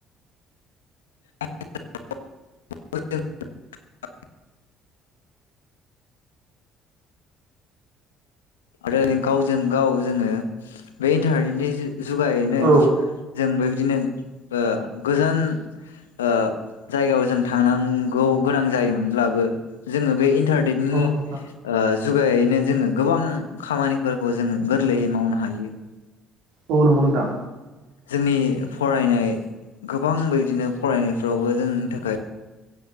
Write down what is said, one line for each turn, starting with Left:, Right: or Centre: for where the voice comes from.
Left: <unintelligible> आरो गावजों गाव जोङो बे इन्टारनेटनि जुगायैनो
Right: औ
Left: जों बेबायदिनो ओ गोजान ओ जायगायाव जों थांनांगौ गोनां जायोमोनब्लाबो जोङो बे तारनेदनि
Right: औ नोंथां
Left: ओ जुगायैनो जोङो गोबां खामानिफोरखौ जोङो गोरलैयै मावनो हायो।
Right: औ नंगौ नोंथां।
Left: जोंनि फरायनाय गोबां बिदिनो फरायनायफ्रावबो जोंनि थाखाय